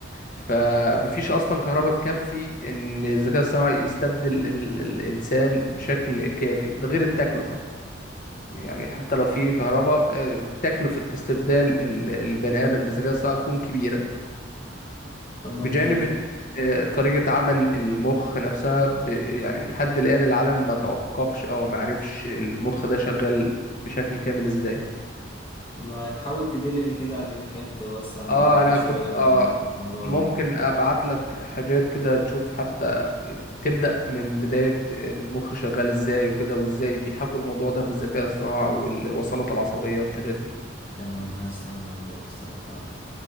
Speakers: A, on the left (about 45°); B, on the left (about 25°).
A: فمفيش أصلا كهرباء تكفي إن الذكاء الصناعي يستبدل ال- الإنسان بشكل كافي ده غير التكلفة
B: مم.
A: يعني حتى لو في كهرباء آه، تكلفة استبدال ال- البني آدم بالذكاء الصناعي تكون كبيرة
B: طب ما
A: بجانب
B: ت...
A: إن، آه، طريقة عمل المخ نفسها ب... يعني لحد الآن العالم ما توقفش أو ما عرفش المخ ده شغال بشكل كامل إزاي
B: ما تحاول تدلني كده على اللينكات توسع مداركي
A: اه انا
B: شوية
A: كنت
B: على
A: اه
B: الموضوع
A: ممكن
B: ده
A: ابعت لك حاجات كده تشوف حتى تبدأ من بداية آه، المخ شغال ازاي وكده وازاي بيحكوا الموضوع ده في الذكاء الصناعي والوصلات العصبية والحاجات دي
B: تمام هستنى الرسالة بتاعتك